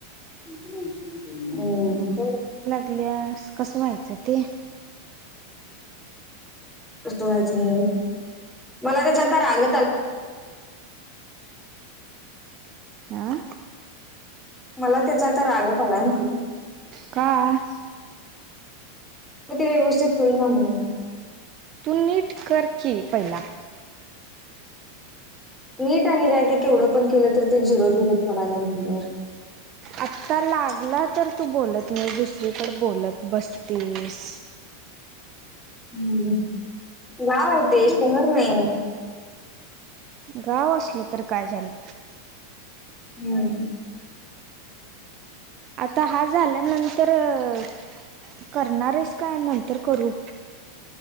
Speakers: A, in the centre; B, on the right.
A: हम्म.
B: पल्यास कसं व्हायचं ते?
A: कस व्हायचं म्हणजे मला त्याच्या आता रागत आ
B: अं
A: मला त्याचा तर रागत आलाय म्हटलो.
B: का
A: मग ते व्यवस्थित होईना म्हणून.
B: तू नीट कर की पहिला.
A: नीट आणि काय ते केवढं पण केलं तर ते झिरो झिरो पडायलय म्हणल्यावर.
B: आत्ता लागला तर तू बोलत नाहीस दुसरीकडं बोलत बसतीस.
A: हम्म. गाव हाय ते शहर नाही.
B: गाव असलं तर काय झालं?
A: हम्म.
B: आता हा झाल्यानंतर नंतर करणार आहेस का नंतर करू?